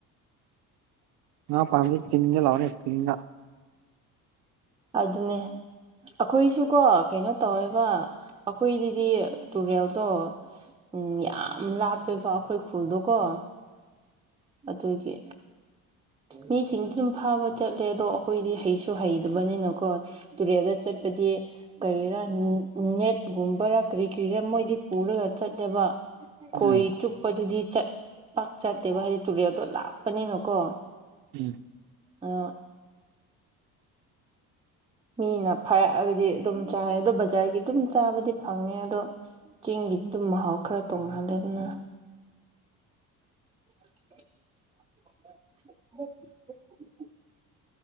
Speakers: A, on the right; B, on the right.
A: ꯑ ꯄꯝꯕꯤ ꯆꯤꯡꯉ ꯂꯥꯎꯅꯦ ꯆꯤꯡꯉ
B: ꯑꯗꯨꯅꯦ ꯑꯩꯈꯣꯏꯁꯨꯀꯣ ꯀꯩꯅꯣ ꯇꯧꯋꯦꯕ ꯑꯩꯈꯣꯏꯗꯗꯤ ꯇꯨꯔꯦꯜꯗꯣ ꯎꯝ ꯌꯥꯝ ꯂꯥꯞꯄꯦꯕ ꯑꯩꯈꯣꯏ ꯈꯨꯜꯗꯣꯀꯣ ꯑꯩꯈꯣꯏꯒꯤ ꯃꯤꯁꯤꯡꯗꯤ ꯑꯗꯨꯝ ꯐꯥꯕ ꯆꯠꯂꯦ ꯑꯗꯣ ꯑꯩꯈꯣꯏꯗꯤ ꯍꯩꯁꯨ ꯍꯩꯇꯕꯅꯤꯅꯀꯣ ꯇꯨꯔꯦꯜꯗ ꯆꯠꯄꯗꯤ ꯀꯔꯤꯔꯥ ꯅꯦꯠꯒꯨꯝꯕꯔꯥ ꯀꯔꯤ ꯀꯔꯤꯔ ꯃꯣꯏꯗꯤ ꯄꯨꯔꯒ ꯆꯠꯂꯦꯕ
A: ꯎꯝ
B: ꯈꯣꯏ ꯆꯨꯞꯄꯗꯨꯗꯤ ꯆꯠ ꯄꯥꯛ ꯆꯠꯇꯦ ꯚꯔ ꯇꯨꯔꯦꯜꯗꯣ ꯂꯥꯛꯄꯅꯤꯅꯀꯣ
A: ꯎꯝ
B: ꯑ ꯃꯤꯅ ꯐꯥꯔꯛꯑꯒꯗꯤ ꯑꯗꯨꯝ ꯆꯥꯏ ꯑꯗꯣ ꯕꯖꯥꯔꯒꯤ ꯑꯗꯨꯝ ꯆꯥꯕꯗꯤ ꯐꯪꯉꯦ ꯑꯗꯣ ꯆꯤꯡꯒꯤꯗꯤ ꯑꯗꯨꯝ ꯃꯍꯥꯎ ꯈꯔ ꯇꯣꯡꯉꯥꯜꯂꯦ ꯑꯗꯨꯅ ꯍ ꯎꯝ